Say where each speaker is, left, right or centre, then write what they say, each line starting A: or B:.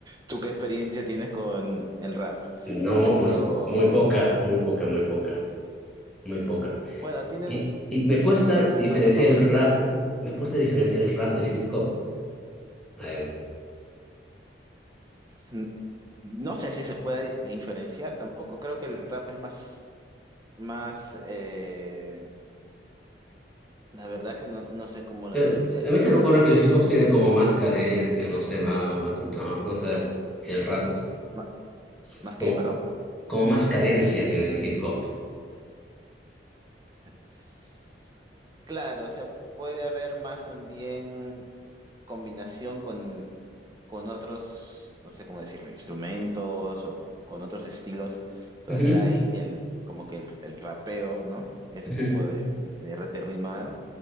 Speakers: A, on the right; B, in the centre.
A: ¿Tú qué experiencia tienes con el rap?
B: No,
A: Seguro,
B: pues muy poca, muy poca, muy poca, muy poca.
A: bueno, tiene
B: Y, y me
A: mu-
B: cuesta diferenciar
A: muy mala fama
B: el
A: también,
B: rap,
A: sí.
B: me cuesta diferenciar el rap del hip hop, además.
A: N- No sé si se puede diferenciar tampoco. Creo que el rap es más, más, eh, la verdad que no, no sé cómo lo
B: Pero
A: diferenciaría.
B: a mí se me
A: O sea,
B: ocurre
A: el,
B: que el hip hop
A: el-
B: tiene como más cadencia, no sé, va, va, no no sé, el rap es,
A: ma-
B: es
A: más
B: como,
A: que, perdón.
B: como más cadencia tiene el hip hop.
A: S- Claro, o sea, puede haber más también combinación con, con otros, no sé cómo decirlo, instrumentos o con otros estilos. Todavía
B: Ujú,
A: hay el, como que el, el rapeo, ¿no? Ese
B: ujú.
A: tipo de, de, de- de rimar,